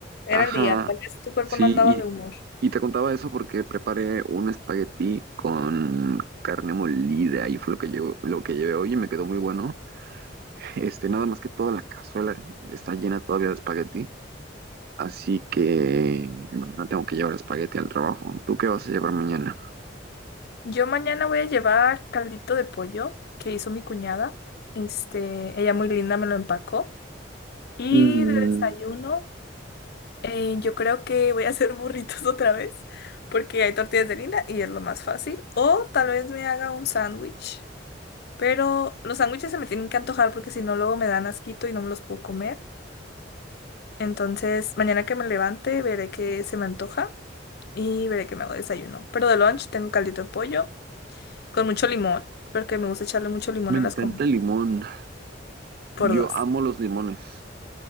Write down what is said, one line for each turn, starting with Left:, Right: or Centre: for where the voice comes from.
Left: Era
Right: Ajá,
Left: el día. Tal vez tu cuerpo
Right: sí,
Left: no andaba de humor.
Right: Y te contaba eso porque preparé un espagueti con carne molida y fue lo que llevo, lo que llevé hoy y me quedó muy bueno. Este, nada más que toda la cazuela está llena todavía de espagueti, así que mañana tengo que llevar espagueti al trabajo. ¿Tú qué vas a llevar mañana?
Left: Yo mañana voy a llevar caldito de pollo que hizo mi cuñada. Este, ella muy linda me lo empacó. Y
Right: Mm,
Left: de desayuno. Eh, yo creo que voy a hacer burritos <laughs> otra vez, porque hay tortillas de harina y es lo más fácil. O tal vez me haga un sándwich, pero los sándwiches se me tienen que antojar porque si no luego me dan asquito y no me los puedo comer. Entonces, mañana que me levante veré que se me antoja y veré que me hago desayuno. Pero de lunch tengo caldito de pollo con mucho limón, porque me gusta echarle mucho limón
Right: me
Left: a
Right: encanta
Left: las comidas
Right: el limón.
Left: por
Right: Yo
Left: dos.
Right: amo los limones.